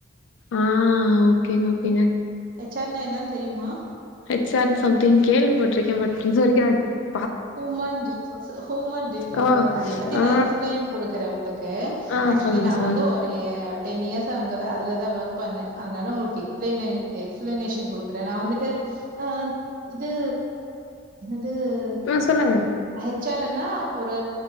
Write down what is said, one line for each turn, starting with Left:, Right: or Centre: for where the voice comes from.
Left: ஆ ஓகேங்க ஓகேங்க
Right: ஹெச் ஆர்னா என்னனு தெரியுமா
Left: ஹெச் ஆர் சம்திங் கேள்விப்பட்ருக்கே பட் இதுவரைக்கு <unintelligible>
Right: ஹூமன் ரிசோர்ஸ் ஹூமன் ரிசோர்ஸ்சு
Left: ஓ
Right: அத பத்தி
Left: ஆ
Right: நா எக்ஸ்பிளைன் குடுக்குறே உங்ளுக் கு
Left: ஆ
Right: ஆக்சுவலி
Left: சொல்லுங்க
Right: நா
Left: சொல்லுங்க
Right: வந்து ஒரு அப்டியே டென் இயர்ஸ்ச அங்கதா அதுல தா ஒர்க் பண்ணே அதனால உங்களுக்கு எக்ஸ்பிளேனே எக்ஸ்பிளனேஷன் குடுக் அப்றோ நா வந்துட்டு அ இது து
Left: ம் சொல்லுங்க
Right: ஹெச் ஆர் என்னா ஒரு